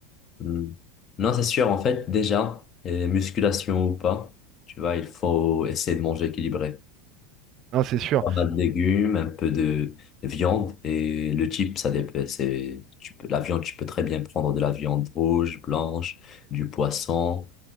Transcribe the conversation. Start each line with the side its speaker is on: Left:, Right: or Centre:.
Left: Hmm. Non, c'est sûr, en fait, déjà, et musculation ou pas, tu vois, il faut essayer de manger équilibré.
Right: Non, c'est sûr.
Left: Pas mal de légumes, un peu de viande et le type, ça dépend. C'est, tu peux, la viande, tu peux très bien prendre de la viande rouge, blanche, du poisson.